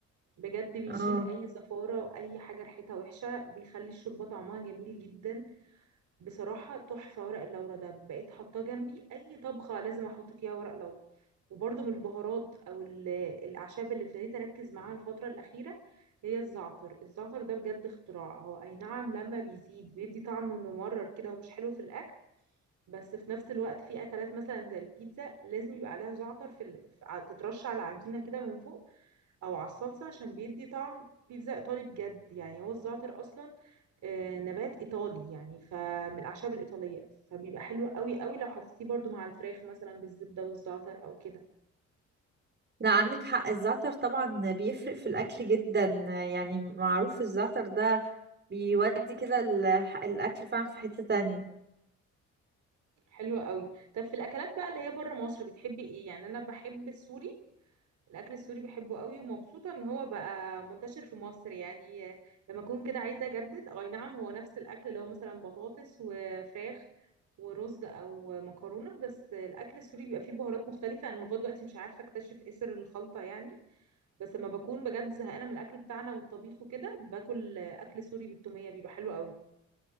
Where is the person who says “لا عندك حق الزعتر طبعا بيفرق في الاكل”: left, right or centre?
Right